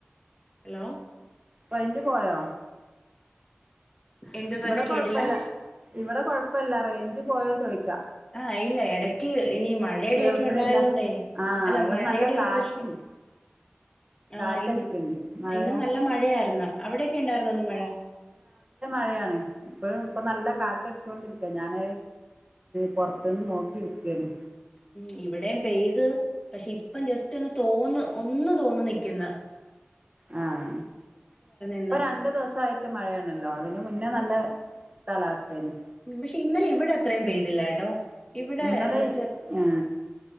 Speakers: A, on the left; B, on the right.
A: ഹലോ
B: റഴിഞ്ച് പോയോ
A: എന്ത് പറഞ്ഞെ
B: ഇവിടെ കൊഴപ്പില്ല
A: കേട്ടില്ല
B: ഇവിടെ കൊഴപ്പല്ല റേഞ്ച് പോയോ ചോയിക്കാ
A: ആഹ ഇല്ല ഇടക്ക് ഈ മഴയുടെൊക്കെ
B: കേൾക്കണില്ല
A: ഉണ്ടായത കൊണ്ടേ
B: ആ
A: അല്ല
B: ഇവിടെ
A: മഴയുടെ
B: നല്ല
A: ഒരു
B: കാറ്റുണ്ട്
A: പ്രശ്നം ആഹ്
B: കാറ്റടിക്കുന്നുണ്ട്
A: ഇ
B: മഴ
A: ഇന്ന് നല്ല മഴയായിരുന്നു അവിടെൊക്കെ ഉണ്ടായിുന്ന ഒന്ന് മഴ
B: മഴയ ഇപ്പഴും ഇപ്പൊ നല്ല കാറ്റടിച്ചോണ്ടിരിക്ക ഞാൻ പോർതിന്ന് നോക്കിയിരിക്കനു
A: ഉ ഇവിടെയും പെയ്ത് പക്ഷെ ഇപ്പം ജസ്റ്റ് ഒന്ന് തോന്ന ഒന്ന് തോന്ന നിക്കുന്ന
B: ആഹ
A: ഇന്നും
B: ഇപ്പൊ രണ്ടു ദിവസായിട്ട് മഴയാണല്ലോ അതിനും <unintelligible> മുന്നേ നല്ല കാലാവസ്ഥേന്
A: പക്ഷെ ഇന്നലെ ഇവിടെ അത്രയും പെയ്തില്ലാ കേട്ടോ ഇവിടെ
B: ഇന്നലെ
A: ചെർ
B: ആ
A: <unintelligible>